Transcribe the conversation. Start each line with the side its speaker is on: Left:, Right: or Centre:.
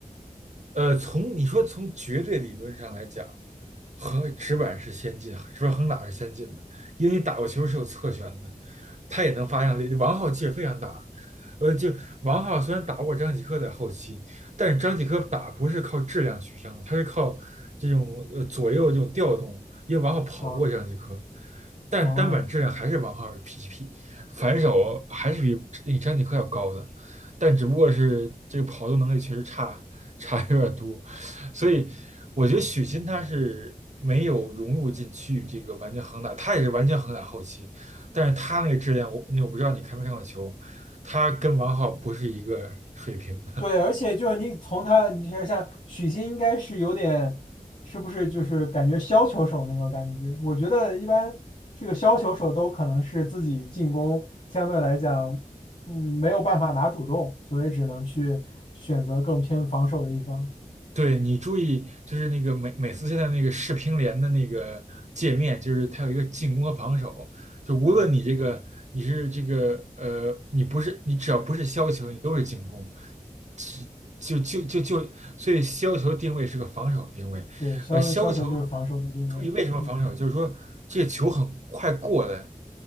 Right: 呃，从你说从绝对理论上来讲，横直板是先进，直板横打是先进的，因为你打过球是有侧旋的，他也能发向力。王皓其实非常大，呃，就王皓虽然打不过张继科在后期，但是张继科打不是靠质量取胜的他是靠这种呃左右这种调动，因为王皓跑不过张继科，
Left: 啊，
Right: 但是单板质量还是王皓
Left: 哦，
Right: G P，反手还是比比张继科要高的。但只不过是这个跑动能力确实差差有点多，所以我觉得许昕他是没有融入进去这个完全横打，他也是完全横打后期，但是他那个质量我那我不知道你看没看过球，他跟王皓不是一个水平的，
Left: 对，而且就是你从他，你像像许昕应该是有点，是不是就是感觉削球手那个感觉？我觉得一般这个削球手都可能是自己进攻相对来讲，嗯，没有办法拿主动，所以只能去选择更偏防守的一方。
Right: 对你注意，就是那个美美斯现在那个世乒联的那个界面，就是它有一个进攻和防守，就无论你这个你是这个呃，
Left: 嗯，
Right: 你不是你只要不是削球，你都是进攻，只就就就就，所以削球定位是个防守定位，
Left: 对，削削球就是防守的定位。
Right: 呃，削球注意为什么防守，
Left: 嗯，
Right: 就是说这个球很快过来，呃